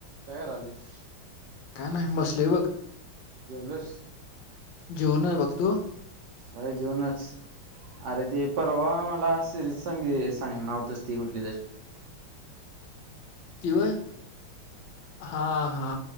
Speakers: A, on the right (about 70°); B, on the left (about 75°).
A: काय करालीस
B: का नाही आहे बसले बघ
A: जेवलोस
B: जोरन बघतो
A: अ जऊनच <unintelligible> अरे ते परवा मला सिरीज सांग सांग नाव्हतच ती कुठली तर <inaudible>
B: कय हा हा